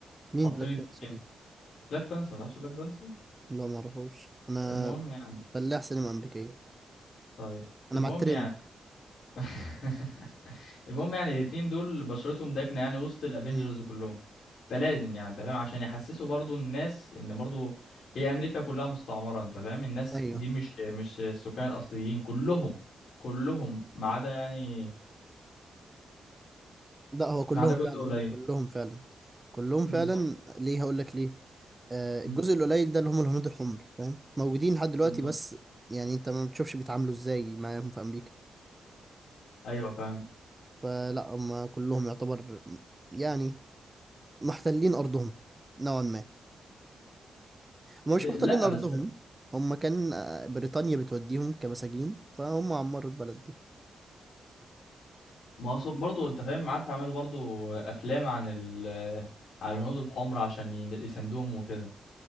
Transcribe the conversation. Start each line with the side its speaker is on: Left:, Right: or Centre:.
Right: مين
Left: حاطين
Right: بلاك
Left: اتنين
Right: بانثر
Left: بلاك بانسر متعرفش بلاك بانسر
Right: لا ما اعرفوش انا
Left: المهم يعني
Right: فلاح سينما امريكيه
Left: طيب
Right: انا
Left: المهم
Right: مع الترند
Left: يعني <laughs> المهم يعني الاتنين دول بشرتهم داكنة يعني وسط الافينجرز
Right: مم.
Left: كلهم فلازم يعني انت فاهم عشان يحسسوا برضو الناس ان برضو هي امريكا كلها مستعمرة انت فاهم الناس
Right: ايوه
Left: دي مش مش السكان الاصليين كلهم كلهم ما عدا يعني
Right: لا هو كلهم
Left: ما عدا جزء
Right: فعلا
Left: قليل
Right: كلهم فعلا كلهم
Left: بالظبط
Right: فعلا ليه هقول لك ليه آه
Left: مم.
Right: الجزء القليل ده اللي هم الهنود الحمر فاهم موجودين لحد دلوقتي
Left: بالظبط
Right: بس يعني انت ما بتشوفش بيتعاملوا ازاي معاهم في امريكا
Left: ايوه فاهم
Right: فلا هم كلهم يعتبر يعني محتلين ارضهم نوعا ما هم
Left: إيه،
Right: مش محتلين
Left: لا
Right: ارضهم
Left: بس
Right: هم كان آه، بريطانيا بتوديهم كمساجين فهم عمروا البلد دي
Left: ما هو صو- برضو انت فاهم عارف يعملوا برضو افلام عن ال عن الهنود الحمر عشان ي- يساندوهم وكده